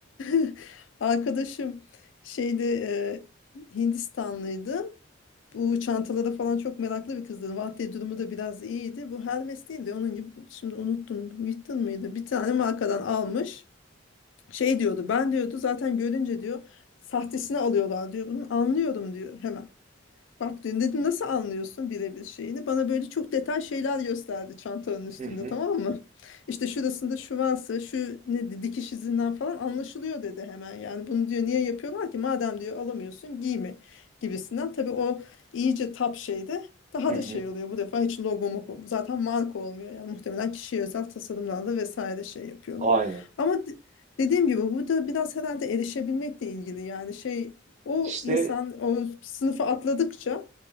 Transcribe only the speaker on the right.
Hı hı,
hı hı.
Aynen.
İşte